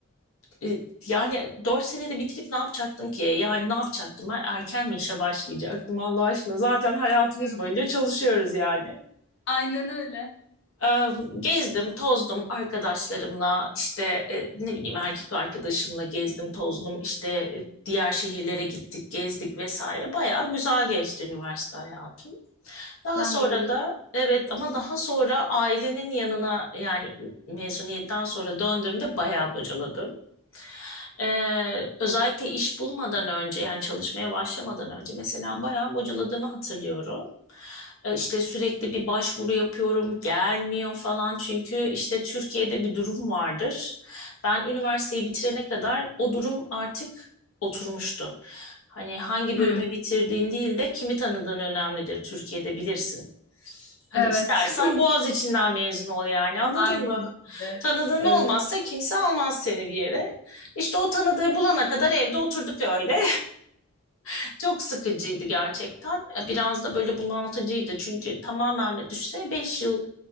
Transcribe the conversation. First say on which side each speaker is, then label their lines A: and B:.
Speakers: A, on the left; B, on the left.
A: e, yani 4 senede bitirip ne yapacaktım ki? Yani ne yapacaktım ben? Erken mi işe başlayacaktım Allah aşkına? Zaten hayatımız
B: Evet.
A: boyunca çalışıyoruz yani.
B: Aynen öyle.
A: Eee, Gezdim, tozdum arkadaşlarımla işte e, ne bileyim erkek arkadaşımla gezdim, tozdum işte e, diğer şehirlere gittik, gezdik vesaire. Bayağı güzel geçti üniversite hayatı. Daha
B: Ben
A: sonra
B: de öyleyim.
A: da evet ama daha sonra ailenin yanına yani mezuniyetten sonra döndüğümde bayağı bocaladım. Ee, özellikle iş bulmadan önce yani çalışmaya başlamadan önce mesela bayağı bocaladığımı hatırlıyorum. Ee, işte sürekli bir başvuru yapıyorum gelmiyor falan çünkü işte Türkiye'de bir durum vardır. Ben üniversiteyi bitirene kadar o durum artık oturmuştu. Hani hangi
B: Hı.
A: bölümü bitirdiğin değil de kimi tanıdığın önemlidir Türkiye'de bilirsin. Hani
B: Evet.
A: istersen
B: <laughs>
A: Boğaz içinden mezun ol yani anladın
B: Aynen
A: mı?
B: öyle.
A: Tanıdığın
B: Evet.
A: olmazsa kimse almaz seni bir yere. İşte o tanıdığı bulana kadar evde oturduk öyle. <laughs> Çok sıkıcıydı gerçekten. Biraz da böyle bunaltıcıydı çünkü tamamen düşse 5 yıl